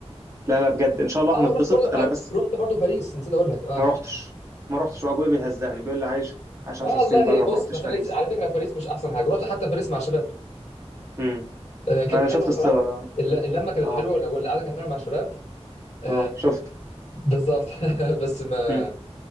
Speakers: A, on the right (about 25°); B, on the left (about 80°).
A: لا لا بجد إن شاء الله
B: اه
A: هنتبسط
B: رحت برضو با...
A: أنا بس
B: رحت برضو باريس نسيت اقول لك اه
A: ما رحتش ما رحتش وابويا بيهزقني بيقول لي عايش عايش
B: والله
A: 10 سنين بره
B: بص
A: ما رحتش
B: ما فرقتش
A: باريس
B: على فكره باريس مش احسن حاجه رحت حتى باريس مع شباب
A: امم
B: آه كانت
A: انا شفت
B: حلوه بصراحه
A: الصور اه
B: الل- اللمه كانت
A: اه
B: حلوه وال- والقعده كانت حلوه مع الشباب آه
A: اه شفت
B: بالظبط <laughs> بس ما
A: امم